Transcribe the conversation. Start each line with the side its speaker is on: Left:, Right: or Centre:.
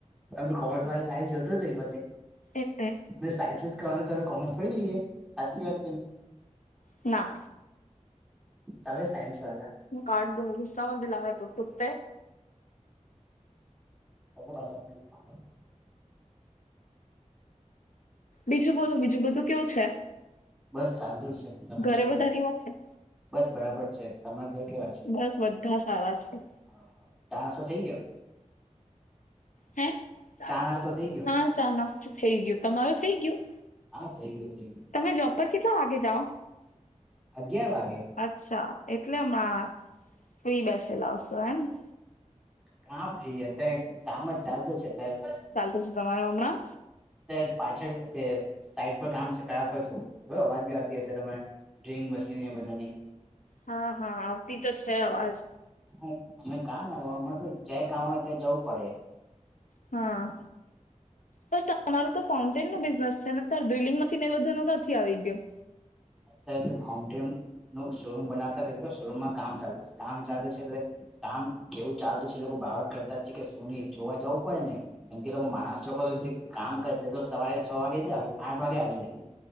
Centre: અમને કોમર્સ વાળા સાયન્સ જોતો જ નહી ભલે
Left: એટલે
Centre: અ સાયન્સ જ કરવાનું તો. કોમર્સ થોડી લઈએ સાચી વાત કરી ને.
Left: ના.
Centre: તમે સાયન્સ વાલા.
Left: હું કાટ દૂંગી ગુસ્સા મત દીલા અબે કુત્તે.
Centre: <unintelligible>
Left: બીજું બોલું બીજું બધું કેવું છે.
Centre: બસ ચાલતુ છે તમે
Left: ઘરે
Centre: કેવ
Left: બધા કેવા છે
Centre: બસ બરાબર છે તમારે ઘર કેવા છે.
Left: બસ બધા સારા છે
Centre: અ ચા નાસ્તો થઈ ગયો.
Left: હ હા
Centre: ચા નાસ્તો થઈ ગયો
Left: ચા નાસ્તો થી થઈ ગયું તમારું થઈ ગયું.
Centre: હા થઈ ગયો થઈ ગયું.
Left: તમે જોબ પર કેટલા વાગે જાઓ.
Centre: અગિયાર વાગે.
Left: અચ્છા એટલે હમણાં ફ્રી બેસેલાા હશો હેને.
Centre: કા ફ્રી અતારે કામ જ ચાલતું છે અતારે.
Left: પછી તમારો હમણાં.
Centre: અત્યારે પાછળ તે સાઈડ પર કામ છે. ત્યાં તો છું બરોબર અવાજ બી આવતી હશે તમને ડ્રિલ મશીન એ બધાની.
Left: હા હા આવતી તો છે અવાજ.
Centre: હા અમે કા નવરા અમારે તો જ્યાં કામ આવે ત્યાં જવું પડે.
Left: હા. પણ તમારું તો ફાઉન્ટેન નું બિઝનેસ છે ને ડ્રિલિંગ મશીન એ બધું નું નથી આવી ગયું.
Centre: અત્યારે જે ફાઉન્ટેનનુ શોરૂમ બનાવતા તો શોરૂમમાં કામ ચાલુ છે કામ ચાલુ છે એટલે. કામ કેવું ચાલતું છે એ લોકો બરાબર કરતા છે કે શું ને જોવા જવું પડે ને એમ કે લોકો માણસ લોકો તો જે કામ કરે તે તો સવારે છ વાગે જ આવી આઠ વાગે આવી જાય